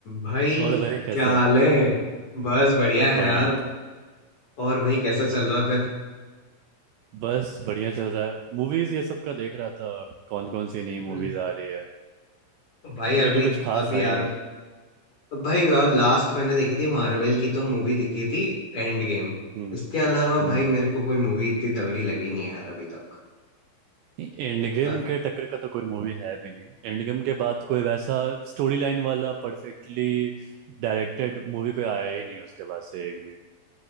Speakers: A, on the left; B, on the right.
A: भाई
B: और भाई कैसे
A: क्या हाल
B: हो
A: है बस बढ़िया है
B: बढ़िया
A: यार और भाई कैसा चल रहा फिर
B: बस बढ़िया चल रहा है मूवीज ये सब का देख रहा था कौन कौन सी नई
A: अरे
B: मूवीज आ रही है
A: भाई
B: अभी
A: अभी
B: तो कुछ खास
A: अभी
B: आई
A: यार
B: नहीं है
A: भाई लास्ट मैंने देखी थी मार्वल की तो मूवी देखी थी एंड गेम
B: हम्म
A: इसके अलावा
B: हम्म
A: भाई मेरे को कोई मूवी इतनी तगड़ी लगी नहीं है यार अभी तक
B: एंड
A: इतना
B: गेम के टक्कर का तो कोई मूवी है भी नहीं एंड गेम के बाद कोई वैसा स्टोरी लाइन वाला परफेक्टली डायरेक्टेड मूवी कोई आया ही नहीं उसके बाद से एक भी